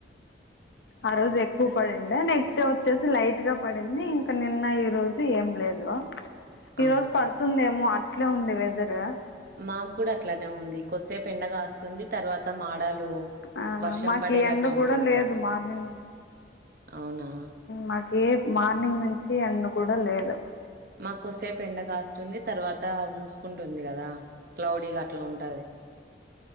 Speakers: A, on the left (about 65°); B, on the right (about 55°).
A: ఆ రోజు ఎక్కువ పడిందా నెక్ నెక్స్ట్ వచ్చేసి లైట్ గా పడింది ఇంక నిన్న ఈ రోజు ఏం లేదు ఈ
B: ఆహా
A: రోజు పడుతుందేమో అట్లే ఉంది వెదర్ గ
B: మాకూడా అట్లానే ఉంది కొసేపు ఎండగా కాస్తుంది తర్వాత మాడాలు
A: ఆ
B: వర్షం
A: మాకు
B: పడేటట్టు
A: ఎండ
B: ఉంటుంది
A: కూడా లేదు
B: కదా
A: మార్నింగ్ నుంచి
B: అవునా
A: మాకి మార్నింగ్ నుంచి ఎండ కూడా లేదు
B: మాకోసేపు ఎండ కాస్తుంది తర్వాత మూసుకుంటుంది కదా క్లౌడీగా అట్లా ఉంటాది